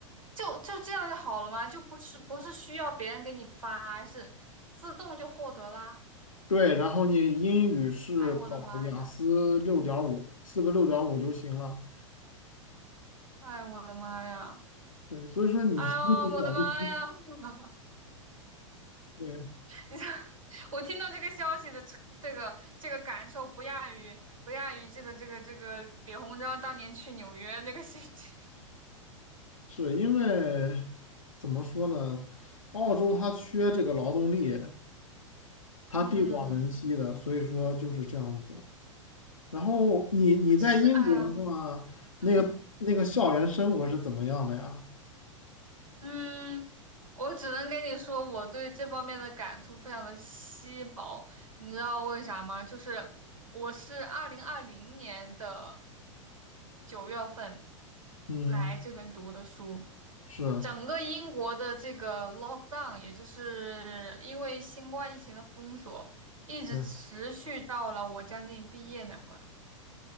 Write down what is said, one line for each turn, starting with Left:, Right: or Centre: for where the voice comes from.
Right: 就就这样就好了吗？就不是不是需要别人给你发，是自动就获得啦。
Left: 对，然后你英语是考雅思六点五，
Right: 哎，我的妈呀！
Left: 四个六点五就行了。
Right: 哎，我的妈呀！
Left: 对，所以说你
Right: 哎呦，
Left: <laughs> 你很了不起。
Right: 我的妈呀！<laughs>
Left: 对，
Right: 你这，我听到这个消息的这这个这个感受，不亚于不亚于这个这个这个李鸿章当年去纽约那个事情。<laughs>
Left: 是因为怎么说呢？澳洲它缺这个劳动力，它地广人稀的，
Right: 嗯，
Left: 所以说就是这样子。然后你你在英国的话，
Right: 那其实，哎呀，嗯嗯。
Left: 那个那个校园生活是怎么样的呀？
Right: 嗯，我只能跟你说，我对这方面的感触非常的稀薄。你知道为啥吗？就是我是二零二零年的九月份
Left: 嗯，
Right: 来这边读的书，
Left: 是，
Right: 整个英国的这个 lockdown，也就是因为新冠疫情的封锁，一直持续到了我将近毕业那会儿，
Left: 对，